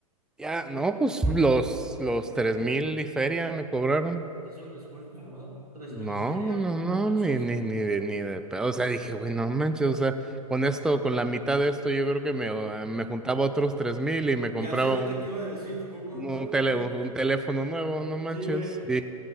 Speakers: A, in the centre; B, on the right (about 85°).
A: Ya, no, pues los, los tres mil y feria me cobraron.
B: No te hicieron descuento, ¿no? Tres
A: No,
B: mil y feria,
A: no,
B: pues no
A: no,
B: manches.
A: ni, ni, ni de, ni de pedo. O sea, dije, güey, no manches, o sea, con esto, con la mitad de esto, yo creo que me, eh,
B: Eh,
A: me juntaba otros tres mil y me compraba
B: Ya sé lo
A: un,
B: que te iba a decir, mejor uno
A: un,
B: nuevo,
A: tele,
B: güey.
A: un, teléfono nuevo, no manches.
B: Sí, güey.
A: Y,